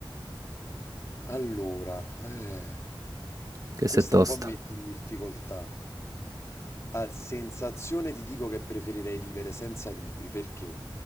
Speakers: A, on the left; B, on the right.
A: Allora, eh,
B: Che
A: questa
B: se tosta.
A: un po' mi mette in difficoltà. A sensazione ti dico che preferirei vivere senza libri, perché?